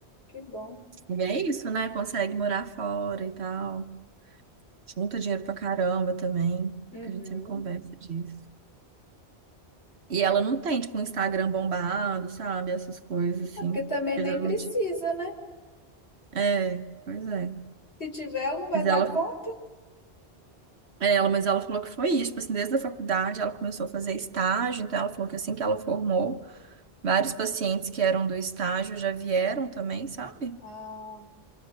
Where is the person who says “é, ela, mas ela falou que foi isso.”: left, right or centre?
Right